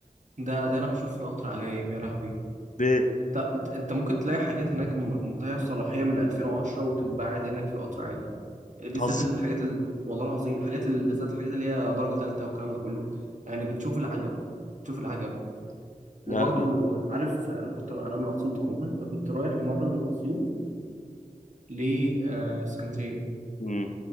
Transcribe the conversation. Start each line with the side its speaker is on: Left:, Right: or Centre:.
Right: ده ده انا بشوف في القطر عجايب يا لهوي
Left: ليه؟
Right: ط- انت انت ممكن تلاقي حاجات هناك م- منتهيه الصلاحيه من 2010 وتتباع عادي هناك في القطر عادي بالذات
Left: بتهزر
Right: الحاجات ال... والله العظيم الحاجات ال... بالذات الحاجات اللي هي درجه ثالثه والكلام ده كله يعني بتشوف العجب تشوف العجب وبرضو
Left: لا انا
Right: عارف انا كنت انا من اسيوط عموما فكنت رايح مره من اسيوط لاسكندريه
Left: امم